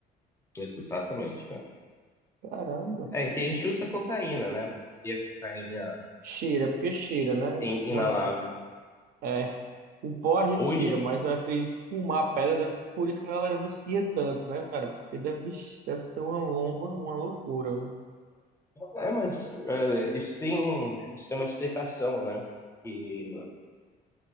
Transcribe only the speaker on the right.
Caramba.
Cheira, porque cheira, né?
Uma-
é, o pó a gente
cheira, mas eu acredito que fumar a pedra, deve, por isso que a galera vicia tanto, né, cara? Porque deve, vixe, deve ser uma lomba, uma loucura, viu?